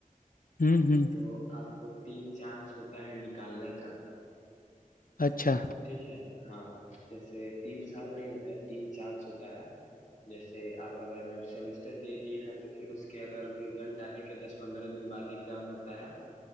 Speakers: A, on the left; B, on the left.
A: ہوں ہوں
B: تو آپ کو تین چانس ہوتا ہے نکالنے کا
A: اچھا
B: ٹھیک ہے ہاں جیسے تین سال نہیں ہوتے ہیں تین چانس ہوتا ہے جیسے آپ اگر سیمسٹر دیک <unintelligible> <unintelligible> دس پندرہ دن بعد ہی ایزام ہوتا ہے